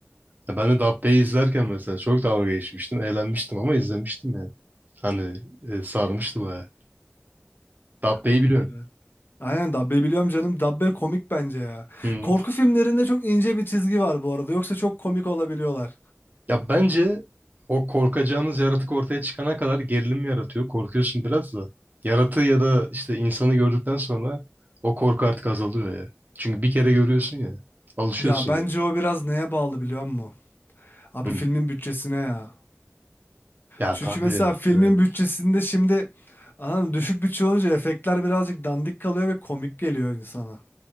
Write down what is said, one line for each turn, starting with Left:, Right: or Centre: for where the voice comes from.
Right: Ya ben de Dabbe'yi izlerken mesela çok dalga geçmiştim. Eğlenmiştim ama izlemiştim yani. Hani e, sarmıştı bayağı. Dabbe'yi
Left: Oğlum
Right: biliyorum.
Left: güzel. Aynen Dabbe biliyorum canım. Dabbe komik bence ya.
Right: Hmm.
Left: Korku filmlerinde çok ince bir çizgi var bu arada. Yoksa çok komik olabiliyorlar.
Right: Ya bence o korkacağımız yaratık ortaya çıkana kadar gerilim yaratıyor. Korkuyorsun biraz da. Yaratığı ya da işte insanı gördükten sonra o korku artık azalıyor ya. Çünkü bir kere görüyorsun ya. Alışıyorsun
Left: Ya bence
Right: yani.
Left: o biraz neye bağlı biliyor musun? Abi
Right: Hmm.
Left: filmin bütçesine ya.
Right: Ya
Left: Çünkü
Right: tabii.
Left: mesela filmin
Right: evet.
Left: bütçesinde şimdi anladın mı? düşük bütçe olunca efektler birazcık dandik kalıyor ve komik geliyor insana.